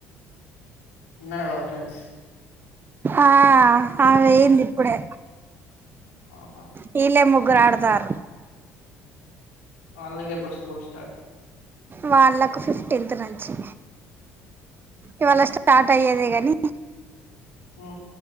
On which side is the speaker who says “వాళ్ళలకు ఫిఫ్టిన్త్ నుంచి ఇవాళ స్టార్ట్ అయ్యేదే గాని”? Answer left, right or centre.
Right